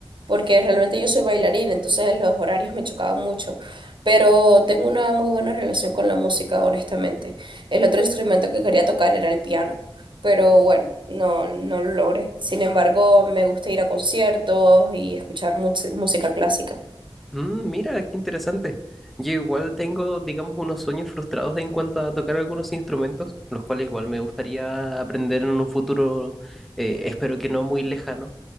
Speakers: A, on the right (about 60°); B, in the centre.
A: porque realmente yo soy bailarina, entonces los horarios me chocaban mucho, pero tengo una muy buena relación con la música, honestamente. El otro instrumento que quería tocar era el piano, pero bueno, no, no lo logré. Sin embargo, me gusta ir a conciertos y escuchar mus- música clásica.
B: Mm, mira, qué interesante. Yo igual tengo, digamos, unos sueños frustrados en cuanto a tocar algunos instrumentos, los cuales igual me gustaría aprender en un futuro, eh, espero que no muy lejano,